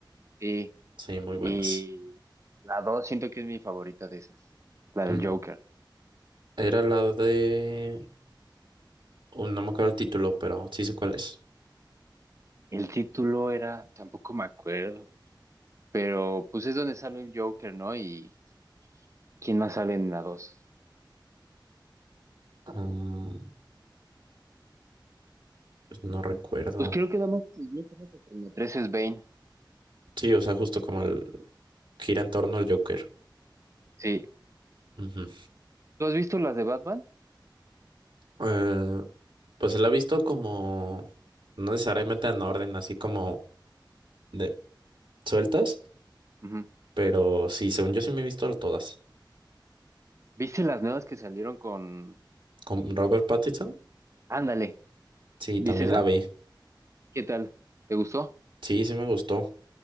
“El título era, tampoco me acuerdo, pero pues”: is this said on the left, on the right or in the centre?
Right